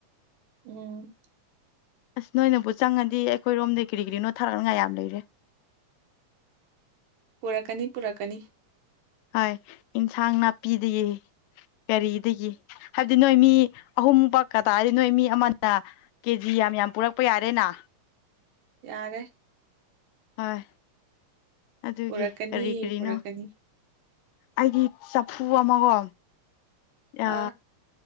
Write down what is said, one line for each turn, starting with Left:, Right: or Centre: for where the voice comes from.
Right: ꯎꯝ
Left: ꯑꯁ ꯅꯣꯏꯅꯕꯨ ꯆꯪꯉꯗꯤ ꯑꯩꯈꯣꯏꯔꯣꯝꯗꯤ ꯀꯔꯤ ꯀꯔꯤꯅꯣ ꯊꯥꯔꯛꯅꯤꯉꯥꯏ ꯌꯥꯝ ꯂꯩꯔꯦ
Right: ꯄꯨꯔꯛꯀꯥꯅꯤ ꯄꯨꯔꯛꯀꯥꯅꯤ
Left: ꯍꯣꯏ ꯏꯤꯟꯁꯥꯡ ꯅꯥꯄꯤꯗꯤ ꯀꯔꯤꯗꯒꯤ ꯍꯥꯏꯕꯗꯤ ꯅꯣꯏ ꯃꯤ ꯑꯍꯨꯝꯕꯛ ꯄꯗꯥꯏꯗ‌ꯤ ꯅꯣꯏ ꯃꯤ ꯑꯃꯅ ꯀꯦꯖꯤ ꯌꯥꯝ ꯌꯥꯝ ꯄꯨꯔꯛꯄ ꯌꯥꯔꯦꯅ
Right: ꯌꯥꫪ‌ꯦ
Left: ꯍꯣꯏ ꯑꯗꯨꯒꯤ
Right: ꯄꯨꯔꯛꯀꯅꯤ
Left: ꯀꯔꯤ ꯀꯔꯤꯅꯣ
Right: ꯄꯨꯔꯛꯀꯅꯤ
Left: ꯑꯩꯗꯤ ꯆꯐꯨ ꯑꯃꯒꯣ ꯑ
Right: ꯑꯥ